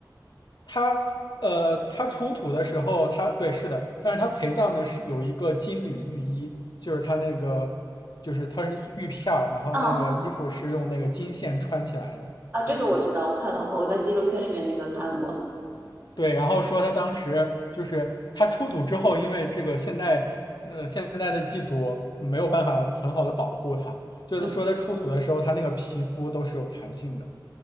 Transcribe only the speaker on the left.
他呃，他出土的时候，他对是的，但是他陪葬的是有一个金缕玉衣，就是他那个就是他是玉片儿，然后那个衣服是用那个金线穿起来的。
嗯
对，然后说他当时就是他出土之后，因为这个现代呃现代的技术没有办法很好的保护它，就是说他出土的时候，
他那个皮肤都是有弹性的。